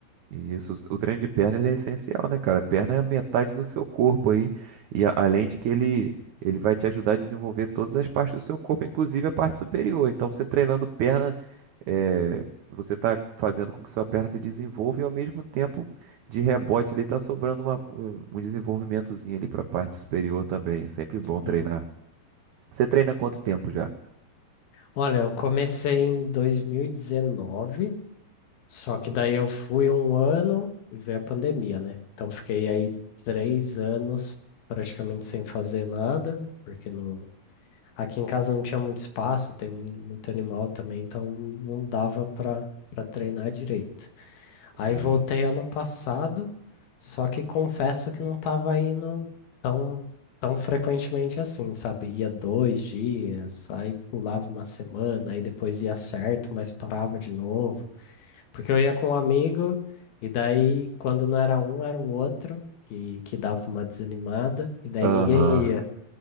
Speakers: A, on the right; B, on the left.
A: Isso, o treino de perna ele é essencial, né, cara? Perna é a metade do seu corpo aí, e a- além de que ele, ele vai te ajudar a desenvolver todas as partes do seu corpo, inclusive a parte superior. Então, você treinando perna, é, você está fazendo com que sua perna se desenvolva e ao mesmo tempo, de rebote, ele está sobrando uma- um, um desenvolvimentozinho ali para a parte superior também. É sempre bom treinar.
B: Sim.
A: Você treina há quanto tempo já?
B: Olha, eu comecei em 2019, só que daí eu fui um ano e veio a pandemia, né? Então fiquei aí três anos praticamente sem fazer nada, porque não... aqui em casa não tinha muito espaço, tem mu- muito animal também, então não dava para para treinar direito.
A: Sim.
B: Aí voltei ano passado, só que confesso que não estava indo tão, tão frequentemente assim, sabe? Ia dois dias, aí pulava uma semana, aí depois ia certo, mas parava de novo. Porque eu ia com um amigo, e daí quando não era um, era o outro, que, que dava uma desanimada, e daí
A: Aham.
B: ninguém ia.